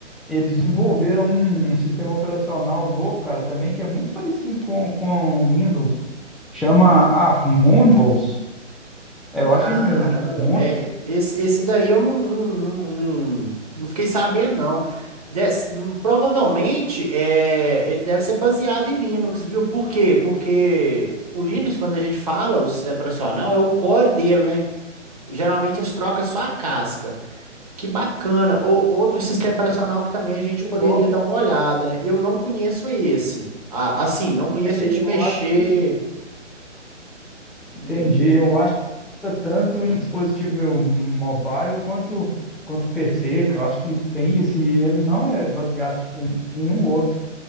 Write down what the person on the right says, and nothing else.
Caramba,
é, esse, esse daí eu não, não, não, não, não fiquei sabendo, não. Des- provavelmente é, ele deve ser baseado em Linux, viu? Por quê? Porque o Linux, quando a gente fala o sistema operacional, é o core dele, né? Geralmente eles trocam só a casca. Que bacana. O, outro sistema operacional que também a gente poderia
dar uma olhada, né? Eu não conheço esse. Ah, assim, não conheço
de
mexer,
entendeu?